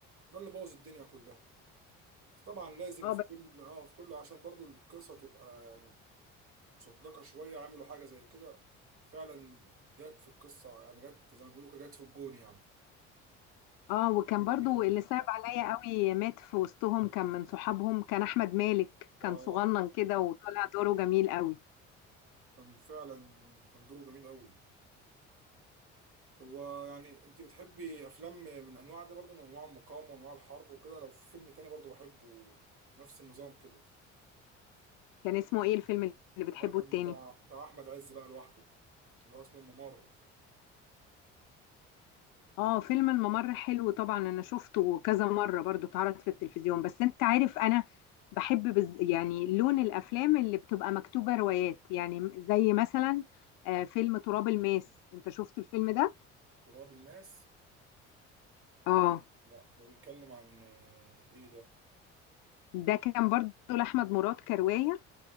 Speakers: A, on the right; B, on the left.
A: ده اللي بوظ الدنيا كلها بس طبعا لازم
B: اه
A: في كل اه في كل عشان برضو القصة تبقى يعني مصدقة شوية عملوا حاجة زي كده فعلا جت في القصة يعني جت زي ما بيقولوا كده جت في الجون يعني
B: اه وكان
A: فيلم
B: برضو
A: جميل أوي
B: اللي صعب عليا قوي مات في وسطهم كان من صحابهم كان احمد مالك كان
A: اه
B: صغنن كده وطلع دوره جميل قوي
A: كان فعلا كان دوره جميل أوي هو يعني انت بتحبي افلام من انواع دي برضو من انواع المقاومة وانواع الحرب وكده لو في فيلم تاني برضو بحبه نفس النظام كده
B: كان اسمه ايه الفيلم اللي بتحبه
A: هو كان
B: التاني
A: بتاع بتاع احمد عز بقى لوحده اللي هو اسمه الممر
B: اه فيلم الممر حلو طبعا انا شفته كذا مرة برضو اتعرض في التلفزيون بس انت عارف انا بحب بز... يعني لون الافلام اللي بتبقى مكتوبة روايات يعني زي مثلا آه فيلم تراب الماس انت شفت الفيلم ده
A: تراب الماس
B: اه
A: لا ده بيتكلم عن آه، ايه ده
B: ده كان برضو لاحمد مراد كرواية